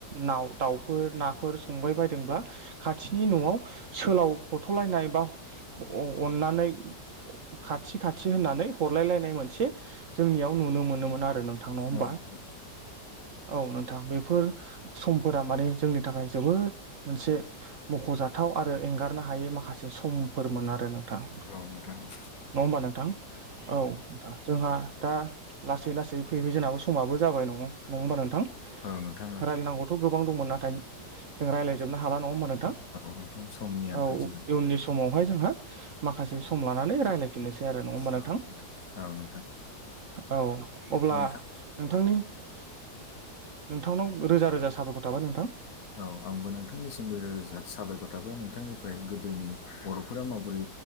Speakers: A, on the right; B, on the left.
A: नाव दावफोर नाफोर स संबाय बायदोंब्ला खाथिनि न'आव सोलाव हरथ'लायनाय बा अ अननानै खाथि खाथि होननानै हरलायलायनाय मोनसे जोंनियाव नुनो मोनोमोन आरो नोंथां नङा होमबा
B: औ नोंथां
A: औ नोंथां बेफोर समफोरा माने जोंनि थाखाय जोबोद मोनसे मख'जाथाव आरो एंगारनो हायै माखासे समफोर मोन आरो नोंथां।
B: औ नोंथां औ
A: नङा होमबा नोंथां औ नोंथां जोंहा दा लासै लासै फैबाय जोंनाबो समाबो जाबाय नङ नङा होमबा नोंथां
B: औ नोंथां औ
A: रायलायनांगौथ' गोबां दंमोन नाथाय जों रायलायजोबनो हाला नङा होमबा नोंथां
B: नोंथां समनि आंखाल
A: औ
B: जोंहा
A: इयुननि समाव बेवहाय जोंहा माखासे सम लानानै रायलायफिननोसै आरो नङा होमबा नोंथां
B: औ औ नोंथां
A: औ अब्ला
B: नोंथां
A: नोंथांनि नोंथांनाव रोजा रोजा साबायखर थाबाय नोंथां।
B: औ आंबो नोंथांनिसिमबो जा साबायखर थाबाय नोंथांनिफ्राय गोदोनि बर'फोरा माबोरै